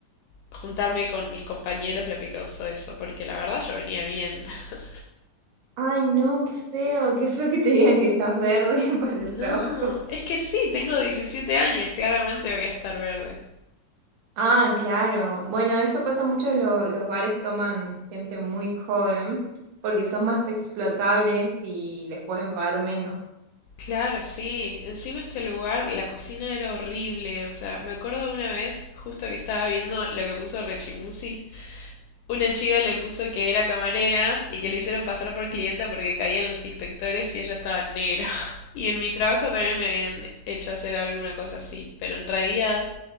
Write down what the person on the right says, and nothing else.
Ay, no, qué feo, qué feo que te digan que estás verde <laughs> para
el trabajo.
Ah, claro. Bueno, eso pasa mucho, lo- los bares toman gente muy joven porque son más explotables y les pueden pagar menos.